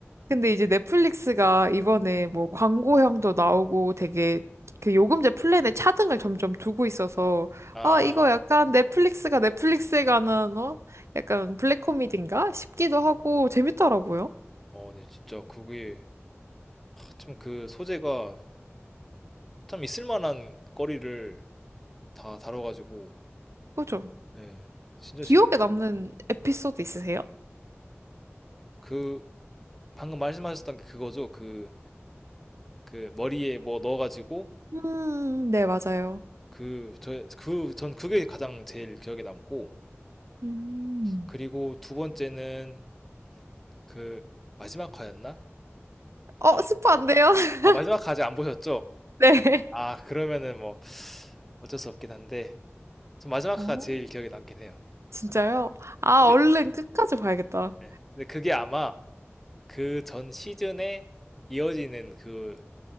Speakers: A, on the right; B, in the centre.
A: 근데 이제 넷플릭스가 이번에 뭐 광고형도 나오고 되게 그 요금제 플랜에 차등을 점점 두고 있어서
B: 아,
A: 아, 이거 약간 넷플릭스가 넷플릭스에 관한 어? 약간 블랙 코미디인가 싶기도 하고 재밌더라고요.
B: 어, 네, 진짜 그게 참 그 소재가 참 있을만한 거리를 다 다뤄가지고
A: 그죠?
B: 네, 진짜
A: 기억에
B: 재밌.
A: 남는 에피소드 있으세요?
B: 그 방금 말씀하셨던 게 그거죠. 그 그 머리에 뭐 넣어가지고
A: 음, 네, 맞아요.
B: 그 저 그 전 그게 가장 제일 기억에 남고
A: 음.
B: 그리고 두 번째는 그 마지막 화였나?
A: 어,
B: 아, 마-
A: 스포 안 돼요? <laughs>
B: 아 마지막 화 아직 안 보셨죠?
A: 네.
B: 아 그러면은 뭐 어쩔 수 없긴 한데 전 마지막
A: 어,
B: 화가 제일 기억에 남긴 해요.
A: 진짜요? 아,
B: 근데
A: 얼른 끝까지 봐야겠다.
B: 네. 근데 그게 아마 그 전 시즌에 이어지는 그